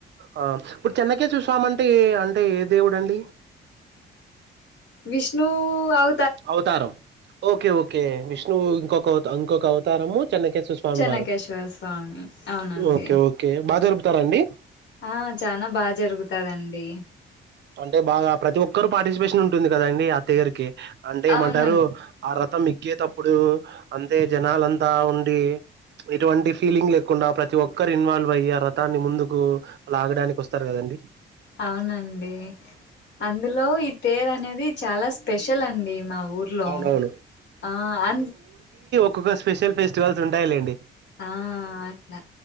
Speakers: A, on the right; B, on the left.
A: ఆ ఇప్పుడు చిన్నకేశ్వర స్వామి అంటే అంటే ఏ దేవుడంండి
B: విష్ణు అవ
A: అవుతారం ఓకే ఓకే విష్ణు ఇొకంకొక అవతారమ్ము చిన్నకి స్మివారు
B: చెన్నకేశ్వర స్వామి అవునండి
A: ఓకే ఓకే బాద చెతారండి
B: ఆ చనా బాగా జరుగుతదండి
A: అంటే బాగా ప్రతి ఒక్కరుూ పార్టిసిపేషన్ ఉంటుంది కదాండి ఆ తథయర్ కి అంటే ఏమంటారు
B: అవునం
A: ఆ రతం ఎక్కేటప్పుడు అంతే జనాలంతా ఉండి ఇటువంటి ఫీలింగ్ లేకుండా ప్రతి ఒక్కరు ఇన్వాల్వ్ అయి ఆ రథాన్ని ముందుకు లాగడానికి వస్తారు కదండి
B: అవునండి అందులో తేరు అనేది చాలా స్పెషల్ అండి మా ఊర్లో
A: అవునవును.
B: ఆ అ
A: ఇక్కొక్క స్పెషల్ ఫెటివల్స్ ఉంటాయాలేండి
B: ఆ అట్లా